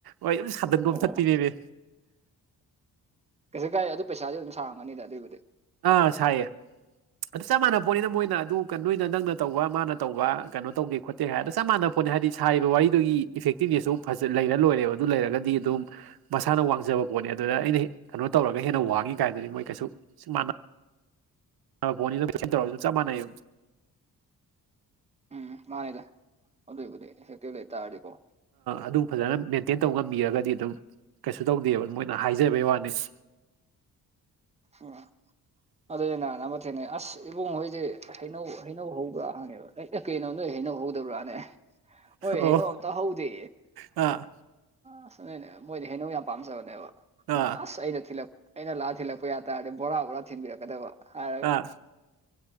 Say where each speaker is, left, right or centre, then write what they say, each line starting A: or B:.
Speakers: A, on the right; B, on the right.
A: ꯋꯥ ꯌꯥꯝ ꯁꯥꯗꯟꯒꯣꯝ
B: ꯑꯣ
A: ꯊꯛꯇꯤꯅꯦꯦꯅꯦ
B: ꯀꯩꯁꯨ ꯀꯥꯏ ꯑꯗꯨ ꯄꯩꯁꯥꯗꯤ ꯑꯗꯨꯝ ꯁꯥꯔꯝꯒꯅꯤꯗ ꯑꯗꯨꯏꯕꯨꯗꯤ
A: ꯑꯥ ꯁꯥꯏ ꯑꯗꯨ ꯆꯞ ꯃꯥꯟꯅꯕ ꯄꯣꯠꯅꯤꯅ ꯃꯣꯏꯅ ꯑꯗꯨ ꯅꯣꯏꯅ ꯅꯪꯅ ꯇꯧꯕ ꯃꯥꯅ ꯇꯧꯕ ꯀꯩꯅꯣ ꯇꯧꯒꯦ ꯈꯣꯠꯀꯦ ꯍꯥꯏꯗ ꯆꯞ ꯃꯥꯟꯅꯕ ꯐꯣꯟꯅꯤ ꯍꯥꯏꯗꯤ ꯁꯥꯔꯤꯕ ꯋꯥꯔꯤꯗꯨꯒꯤ ꯏꯐꯦꯛꯇꯤꯞꯅꯦꯁꯁꯨ ꯑꯗꯨ ꯐꯖ ꯂꯩꯔ ꯂꯣꯏꯔꯦꯕ ꯑꯗꯨ ꯂꯩꯔꯒꯗꯤ ꯑꯗꯨꯝ ꯃꯁꯥꯅ ꯋꯥꯡꯖꯕ ꯑꯗꯨ ꯑꯩꯅ ꯅꯣ ꯇꯔꯒ ꯍꯦꯟꯅ ꯋꯥꯡꯉꯤ ꯀꯣꯏ ꯐꯣꯟꯅꯤ ꯇꯧꯔꯁꯨ ꯆꯞ ꯃꯥꯟꯅꯩ
B: ꯎꯝ ꯃꯥꯥꯏꯗ ꯍꯧꯗꯕꯨꯗꯦ ꯁꯇ ꯂꯩ ꯇꯔꯀꯣ
A: ꯑꯗꯨꯝ ꯐꯖꯅ ꯃꯦꯟꯇꯦꯟ ꯇꯧ ꯉꯝꯕꯤꯔꯒꯗꯤ ꯑꯗꯨꯝ ꯀꯩꯁꯨ ꯇꯧꯗꯦꯕ ꯃꯣꯏꯅ ꯍꯥꯏꯖꯕꯩ ꯋꯥꯅꯤ <inaudible>
B: ꯎ ꯑꯗꯨꯅ ꯅꯝꯕ ꯊꯦꯡꯅꯩ ꯑꯁ ꯏꯕꯨꯡ ꯍꯣꯏꯗꯤ ꯍꯩꯅꯧ ꯍꯩꯅꯧ ꯍꯧ ꯄꯨꯔꯥ ꯍꯪꯉꯦꯕ ꯀꯩꯅꯣ ꯅꯣꯏ ꯍꯩꯅꯕ ꯍꯧꯗꯕ꯭ꯔꯥꯅꯦ ꯃꯣꯏ
A: ꯑꯣ
B: ꯍꯩꯅꯕ ꯑꯝꯇ ꯍꯧꯗꯦ
A: ꯑꯥ
B: ꯑꯁ ꯅꯅꯦ ꯃꯣꯏꯗꯤ ꯍꯩꯅꯧ ꯌꯥꯝ ꯄꯥꯝꯖꯕꯅꯦꯕ
A: ꯑꯥ
B: ꯑꯁ ꯑꯩꯅ ꯊꯤꯜꯂꯛ ꯑꯩꯅ ꯂꯥꯛꯑ ꯊꯤꯜꯂꯛꯄ ꯄꯌꯥ ꯇꯔꯗꯤ ꯕꯣꯔꯥ ꯕꯣꯔꯥ ꯊꯤꯟꯕꯤꯔꯛꯀꯗꯕ ꯍꯥꯏꯔꯒ
A: ꯑꯥ